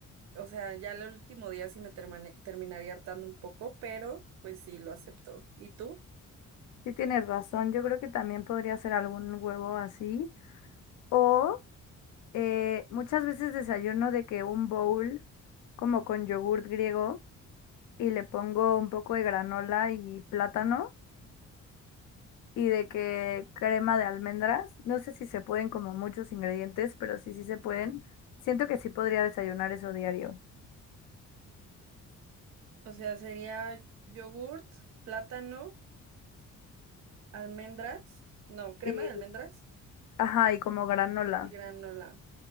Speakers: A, on the right; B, on the left.
A: o sea, ya el último día sí me termane- terminaría hartando un poco, pero pues sí, lo acepto. ¿Y tú?
B: Sí tienes razón, yo creo que también podría ser algún huevo así o Eh, muchas veces desayuno de que un bowl como con yogurt griego y le pongo un poco de granola y plátano y de que crema de almendras. No sé si se pueden como muchos ingredientes, pero sí, sí se pueden. Siento que sí podría desayunar eso diario.
A: O sea, sería yogurt, plátano. Almendras, no, crema
B: Y,
A: de almendras
B: ajá, y como granola.
A: y granola.